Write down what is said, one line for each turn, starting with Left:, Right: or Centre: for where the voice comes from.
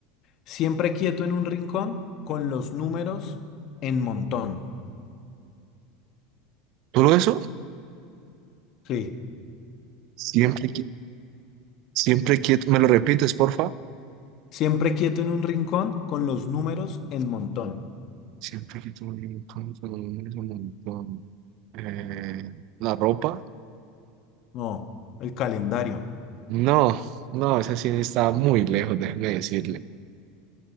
Left: Siempre quieto en un rincón con los números en montón.
Right: Solo eso,
Left: Sí.
Right: siempre que, siempre quieto. ¿Me lo repites, porfa?
Left: Siempre quieto en un rincón con los números en montón.
Right: Siempre quieto, un montón, solo números, un montón. Eh, ¿la ropa?
Left: No, el calendario.
Right: No, no, esa sí está muy lejos, déjeme decirle.